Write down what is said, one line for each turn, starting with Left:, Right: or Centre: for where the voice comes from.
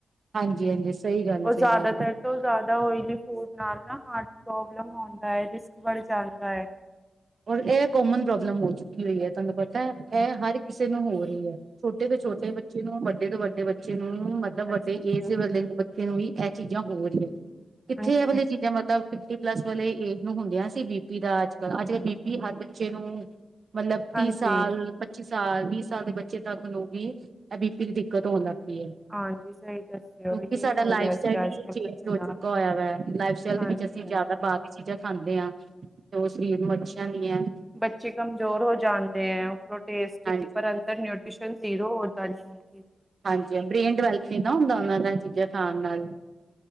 Right: ਹਾਂਜੀ ਹਾਂਜੀ ਸਹੀ ਗੱਲ ਹੈ
Centre: ਔਰ
Right: ਸਹੀ
Centre: ਜਾਦਾਤਰ
Right: ਗੱਲ ਹੈ
Centre: ਤੋਂ ਜਾਦਾ ਓਇਲੀ ਫੂਡ ਨਾਲ ਨਾ ਹਾਰਟ ਪ੍ਰੋਬਲਮ ਹੁੰਂਦਾ ਏ ਰਿਸਕ ਵਧ ਜਾਂਦਾ ਏ।
Right: ਔਰ ਏ ਕੋਮਨ ਪ੍ਰੋਬਲਮ ਹੋ ਚੁੱਕੀ ਹੋਈ ਐ ਤੁਆਨੂੰ ਪਤ ਤਾਂ ਐ ਹਰ ਕਿਸੇ ਨੂੰ
Centre: ਹਾਂਜੀ,
Right: ਹੋ ਰਹੀ ਐ ਛੋਟੇ ਤੋਂ
Centre: ਹਾਂਜੀ।
Right: ਛੋਟੇ ਬੱਚੇ ਨੂੰ ਵੱਡੇ ਤੋਂ ਵੱਡੇ ਬੱਚੇ ਨੂੰ ਮ ਮਤਲਬ ਵੱਡੇ
Centre: ਅੱਛਾ ਅੱਛਾ
Right: ਏਜ ਵੇਲੇ ਬੱਚੇ ਨੂੰ ਵੀ ਐ ਚੀਜ਼ਾਂ ਹੋਰੀ ਕਿੱਥੇ
Centre: ਹਾਂਜੀ
Right: ਐ ਵਾਲੀ
Centre: ਹਾਂਜੀ
Right: ਚੀਜ਼ਾਂ ਮਤਲਬ ਫਿਫਟੀ ਪਲੱਸ ਵਾਲੇ ਏਜ ਨੂੰ ਹੁੰਦਿਆਂ ਸੀ ਬੀਪੀ ਦਾ ਅੱਜ- ਕੱਲ ਅੱਜ-ਕੱਲ ਬੀਪੀ ਹਰ ਬੱਚੇ ਨੂੰ ਮਤਲਬ ਤੀ
Centre: ਹਾਂਜੀ
Right: ਸਾਲ ਪ ਚੀ ਸਾਲ ਵੀਹ ਸਾਲ ਦੇ ਬੱਚੇ ਤੱਕ ਨੂੰ ਵੀ ਐ ਬੀ ਪੀ ਦੀ ਦਿੱਕਤ ਹੋਣ ਲੱਗ ਪਈ ਐ।
Centre: ਹਾਂਜੀ ਸਹੀ ਦੱਸਿਓ
Right: ਕਿਉਂਕਿ
Centre: ਯਹੀ
Right: ਸਾਡਾ
Centre: ਹੋ
Right: ਲਾਈਫ
Centre: ਰਿਹਾ
Right: ਸਟਾਈਲ
Centre: ਸੀ ਅੱਜ
Right: ਈ
Centre: ਕੱਲ੍ਹ
Right: ਚੇਂਜ
Centre: ਬੱਚੇ
Right: ਹੋ
Centre: ਨਾਲ
Right: ਚੁੱਕਾ ਹੋਇਆ ਵੈ ਲਾਈਫ ਸਟਾਈਲ
Centre: ਹਾਂਜੀ
Right: ਦੇ ਵਿੱਚ ਅਸ ਅਸੀਂ
Centre: ਹਾਂਜੀ
Right: ਜਾਦਾ ਬਾਹਰ ਦੀ ਚੀਜ਼ਾਂ ਖਾਂਦੇ ਆਂ ਤੇ ਓ ਸਰੀਰ ਨੂੰ ਅੱਛੀਆਂ ਨੀ ਐ।
Centre: ਬੱਚੇ ਕਮਜ਼ੋਰ ਹੋ ਜਾਂਦੇ ਐ ਉਪਰੋਂ ਟੇਸਟੀ
Right: ਹਾਂਜੀ
Centre: ਪਰ ਅੰਦਰ ਨਿਊ ਟਰਿਸ਼ਨ ਜ਼ੀਰੋ ਹੋਦਾ ਨੀ ਹੁਣ ਕਿ
Right: ਹਾਂਜੀ-ਹਾਂਜੀ ਬ੍ਰੇਨ ਡਵੈਲਪ ਨੀ ਨਾ ਹੁੰਦਾ ਓਨਾਂ ਦਾ ਐ ਚੀਜ਼ਾਂ ਖਾਣ ਨਾਲ।